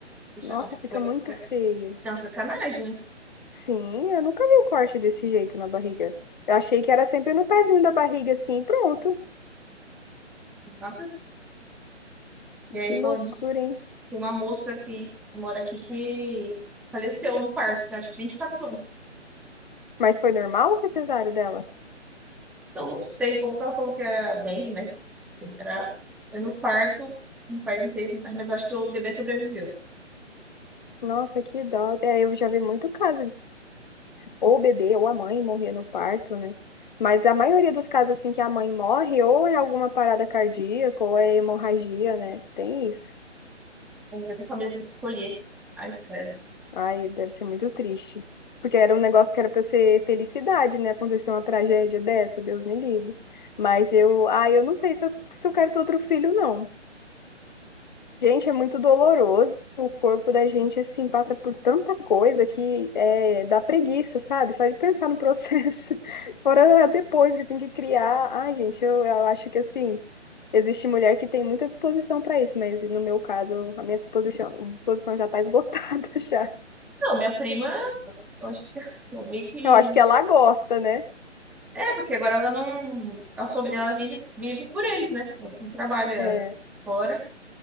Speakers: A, in the centre; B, on the left.
A: Deixa-
B: Nossa,
A: Nossa,
B: fica
A: foi...
B: muito feio.
A: Não, sacanagem, né?
B: Sim, eu nunca vi um corte desse jeito na barriga. Eu achei que era sempre no pezinho da barriga, assim, e pronto.
A: Nada. E aí,
B: Que loucura,
A: falando disso,
B: hein?
A: tem uma moça que que mora aqui que faleceu no parto, assim, acho que 24 anos.
B: Mas foi normal ou foi cesárea dela?
A: Então, não sei, o povo tava falando que era dengue, mas era... foi no parto, não faz, não sei, mas eu acho que o bebê sobreviveu.
B: Nossa, que dó. É, eu já vi muito caso ou o bebê ou a mãe morrer no parto, né? Mas a maioria dos casos, assim, que a mãe morre, ou é alguma parada cardíaca, ou é hemorragia, né? Tem isso.
A: Então, essa família tem que escolher. Ai, credo.
B: Ai, deve ser muito triste. Porque era um negócio que era para ser felicidade, né? Acontecer uma tragédia dessa, Deus me livre. Mas eu, ai, eu não sei se eu, se eu quero ter outro filho, não. Gente, é muito doloroso. O corpo da gente, assim, passa por tanta coisa que é, dá preguiça, sabe? Só de pensar no processo. <laughs> Fora depois que tem que criar. Ai, gente, eu, eu acho que, assim, existe mulher que tem muita disposição para isso, mas no meu caso, a minha disposição, disposição já tá esgotada <laughs> já.
A: Não, minha prima, eu acho que <laughs> eu vi que.
B: Eu acho que ela gosta, né?
A: É, porque agora ela não. Ela, sobre... ela vive, vive por eles, né? Ela não trabalha
B: É,
A: fora.